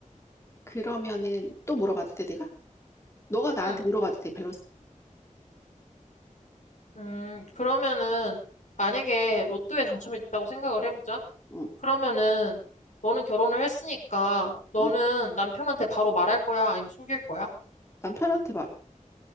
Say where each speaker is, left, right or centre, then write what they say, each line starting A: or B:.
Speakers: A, on the left; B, on the left.
A: 그러면은 또 물어봐도 돼, 내가? 너가 나한테
B: 응.
A: 물어봐도 돼, 밸런스.
B: 음, 그러면은 만약에 로또에 당첨이 됐다고 생각을 해보자.
A: 응,
B: 그러면은 너는 결혼을 했으니까 너는
A: 응.
B: 남편한테 바로 말할 거야? 아니면 숨길 거야?
A: 남편한테 말,